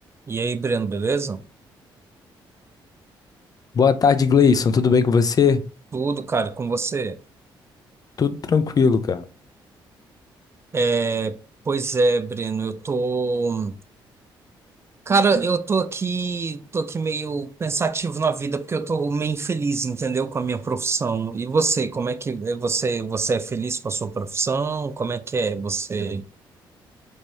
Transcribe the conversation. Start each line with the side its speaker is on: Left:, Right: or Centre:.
Right: E aí, Breno, beleza?
Left: Boa tarde, Gleison. Tudo bem com você?
Right: Tudo, cara, com você?
Left: Tudo tranquilo, cara.
Right: É, pois é, Breno, eu tô. Cara, eu tô aqui, tô aqui meio pensativo na vida, porque eu tô meio infeliz, entendeu? Com a minha profissão. E você, como é que é você, você é feliz com a sua profissão? Como é que é você?